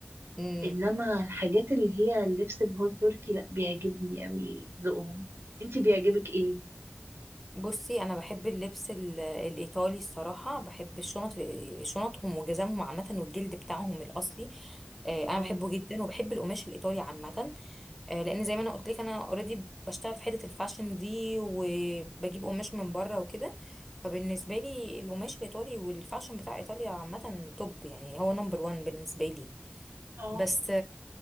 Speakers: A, in the centre; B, on the right.
A: امم
B: انما الحاجات اللي هي اللبس بهول تركي لا بيعجبني قوي ذوقهم انت بيعجبك ايه
A: بصي انا بحب اللبس ال- الايطالي الصراحه بحب الشنط شنطهم وجزامهم عامه والجلد بتاعهم الاصلي آه، انا
B: اه
A: بحبه جدا وبحب القماش الايطالي عامه آه، لان زي ما انا قلت لك انا اوريدي بشتغل في حته الفاشن دي وبجيب قماش من بره وكده فبالنسبه لي القماش الايطالي والفاشن بتاع ايطاليا عامه توب يعني هو نمبر وان بالنسبه لي
B: اه
A: بس